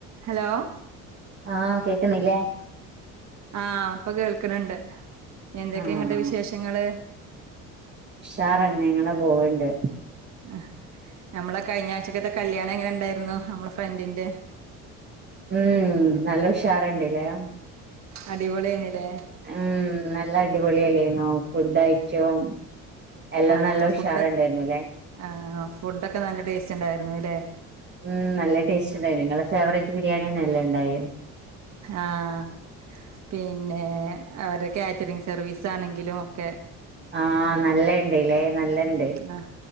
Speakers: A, on the right (about 50°); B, on the right (about 30°).
A: Hello
B: ആഹ് കേക്ന്നില്ലേ?
A: ആഹ് ഇപ്പൊ കേൾക്ണ് ണ്ട് എന്തൊക്കെ
B: ആഹ്
A: ഇങ്ങ്ട്ട് വിശേഷങ്ങള്?
B: ഷാറന്നേ ഇങ്ങനെ പോവ്ണ്ട്.
A: അഹ്, ഞമ്മളെ കഴിഞ്ഞാഴ്ചക്കത്തെ കല്യാണം എങ്ങനെണ്ടായിരുന്നു ഹമ്മളെ ഫ്രണ്ടിന്റെ?
B: ഉം നല്ല ഉഷാറ്ണ്ട്ല്ലേ?
A: അടിപൊളീ ആയിനീലേ
B: ഉം നല്ല അടിപൊളിയല്ലേന്നൂ ഫുഡായിട്ടും എല്ലാം
A: ആഹ്
B: നല്ല ഉഷാറ്ണ്ടായിരുന്നുല്ലേ
A: ഫുഡൊക്ക്‌ ആഹ് ഫുഡൊക്കെ നല്ല ടേസ്റ്റ് ഇണ്ടായിരുന്നൂല്ലെ?
B: ഉം നല്ല ടേസ്റ്റ് ഇണ്ടായിനു ഇങ്ങളെ ഫേവറേറ്റ് ബിരിയാണിനെല്ലേ ഇണ്ടായേ
A: ആഹ് പിന്നെ അവരെ കാറ്ററിങ് സർവീസ് ആണെങ്കിലും ഒക്കെ
B: ആഹ് നല്ല ഇണ്ട്ല്ലേ നല്ലണ്ട്.
A: ആഹ്